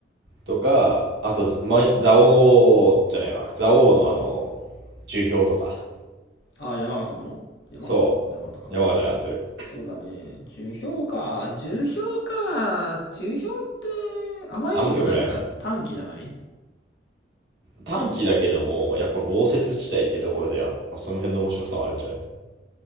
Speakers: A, on the right; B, on the left.
A: とか、あと、ま、蔵王じゃないわ。蔵王のあの、樹氷とか。
B: あー、山形の山形山形か。
A: そう。山形で合ってる。
B: そうだね。樹氷か。樹氷か。樹氷って、あまりにもなんか短期じゃない
A: あんま興味ない。短期だけども、やっぱ豪雪地帯ってところで、やっぱその辺の面白さはあるんじゃない